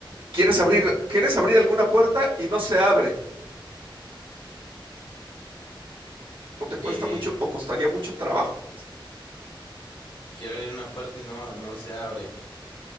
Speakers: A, on the right; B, on the left.
A: quieres abrir, quieres abrir alguna puerta y no se abre, o te cuesta
B: Eh,
A: mucho, o costaría mucho trabajo.
B: quiero abrir una puerta y no, no se abre.